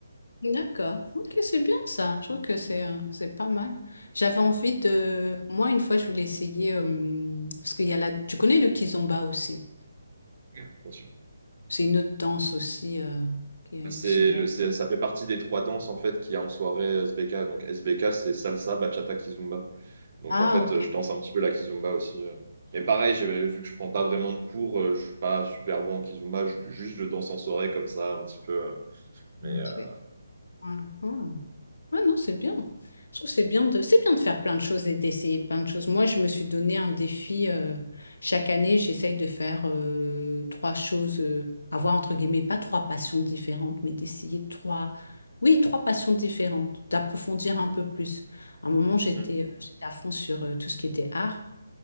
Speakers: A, on the left; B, on the right.
A: D'accord. Ok, c'est bien ça. Je trouve que c'est euh, c'est pas mal. J'avais envie de, moi une fois je voulais essayer euh, parce qu'il y a la, tu connais le kizomba aussi.
B: bien sûr.
A: C'est une autre danse aussi euh, qui est
B: C'est,
A: issue de-
B: le- c'est- ça fait partie des trois danses en fait qu'il y a en soirée SBK. Donc SBK, c'est salsa, bachata, kizomba. Donc
A: Ah
B: en fait, euh, je danse un petit peu la kizomba aussi. euh. Mais pareil, j'ai- vu que je prends pas vraiment de cours, euh, je suis pas super bon en kizomba. Je- juste, je danse en soirée comme ça un petit peu. euh. Mais
A: ok.
B: euh,
A: Mhm. Ouais, non, c'est bien. Je trouve que c'est bien de, c'est bien de faire plein de choses et d'essayer plein de choses. Moi, je me suis donné un défi. euh, chaque année, j'essaye de faire euh, trois choses, euh, avoir entre guillemets, pas trois passions différentes, mais d'essayer trois, oui, trois passions différentes, d'approfondir un peu plus. À un moment, j'étais,
B: Mhm.
A: euh, j'étais à fond sur euh, tout ce qui était art.